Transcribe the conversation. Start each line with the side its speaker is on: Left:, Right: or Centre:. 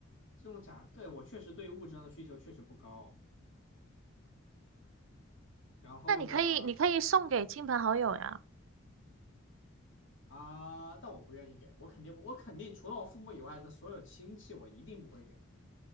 Left: 这种卡，对，我确实对物质上的需求确实不高。然后呢，
Right: 那你可以你可以送给亲朋好友呀。
Left: 啊，但我不愿意给，我肯定不我肯定除了我父母以外的所有亲戚，我一定不会给，